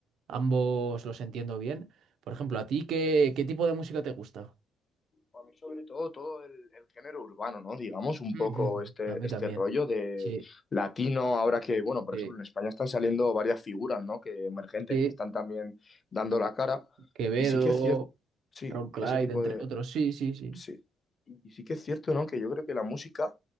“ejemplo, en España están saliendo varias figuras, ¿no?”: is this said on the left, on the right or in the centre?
Left